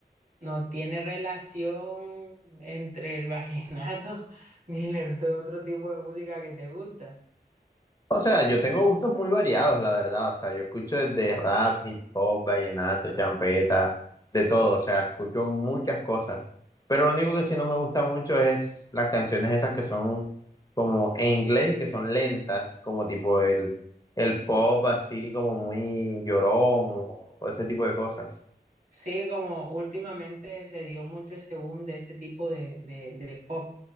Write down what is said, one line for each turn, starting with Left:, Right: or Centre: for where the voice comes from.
Right: no tiene relación entre el vallenato <laughs> ni el otro tipo de música que te gusta.
Left: O sea, yo tengo gustos muy variados, la verdad. O sea, yo escucho desde rap, hip hop, vallenato, champeta, de todo. O sea, escucho muchas cosas. Pero lo único que sí no me gusta mucho es las canciones esas que son como en inglés y que son lentas, como tipo el, el pop así como muy llorón o, o ese tipo de cosas.
Right: Sí, como últimamente se dio mucho ese boom de ese tipo de, de, de pop,